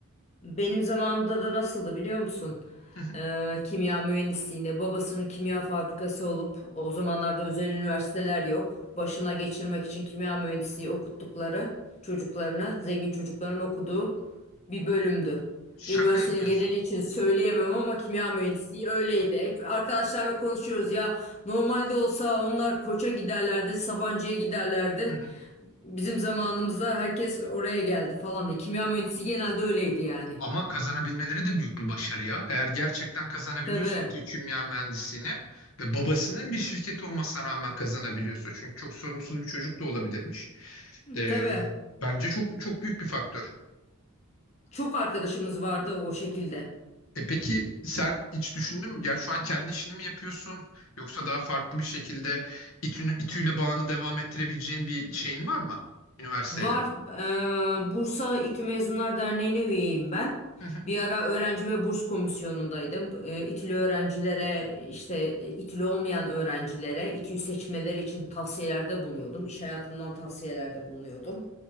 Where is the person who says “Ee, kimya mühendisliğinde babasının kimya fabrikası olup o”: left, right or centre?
Left